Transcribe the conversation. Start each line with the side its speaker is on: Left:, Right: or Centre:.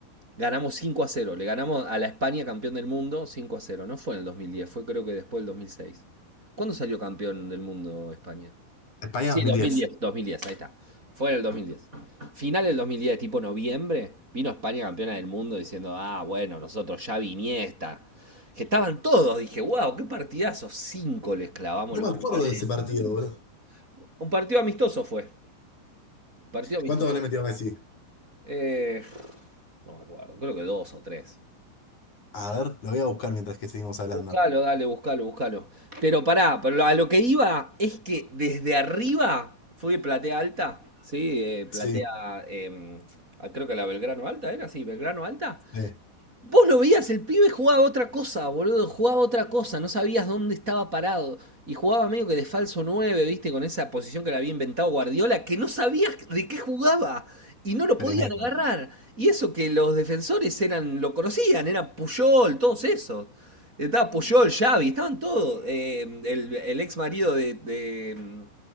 Right: Ganamos 5 a cero. Le ganamos a la España campeón del mundo 5 a cero. No fue en el 2010, fue creo que después del 2006. ¿Cuándo salió campeón del mundo España?
Left: España
Right: Sí,
Left: 2010.
Right: 2010, 2010, ahí está. Fue en el 2010. Final del 2010, tipo noviembre, vino España campeona del mundo diciendo, ah, bueno, nosotros ya viniesta. Que estaban todos, dije, wow, qué partidazo. Cinco les clavamos
Left: No
Right: los
Left: me acuerdo
Right: campeones
Left: de
Right: del
Left: ese
Right: mundo.
Left: partido, boludo.
Right: Un partido amistoso fue. Partido amistoso.
Left: ¿Cuánto le metió Messi?
Right: Eh, no me acuerdo, creo que dos o tres.
Left: A ver, lo voy a buscar mientras que seguimos hablando.
Right: Buscalo, dale, buscalo, buscalo. Pero pará, pero lo- a lo que iba es que desde arriba fue platea alta, ¿sí? eh, platea,
Left: Sí,
Right: em, ah, creo que la Belgrano Alta era, sí, Belgrano Alta.
Left: sí,
Right: Vos lo veías, el pibe jugaba otra cosa, boludo, jugaba otra cosa, no sabías dónde estaba parado. Y jugaba medio que de falso 9 viste, con esa posición que le había inventado Guardiola, que no sabías de qué jugaba y no lo
Left: tremendo,
Right: podían agarrar. Y eso que los defensores eran, lo conocían, eran Puyol, todos esos. Estaba Puyol, Xavi, estaban todos. Eh, el, el ex marido de, de,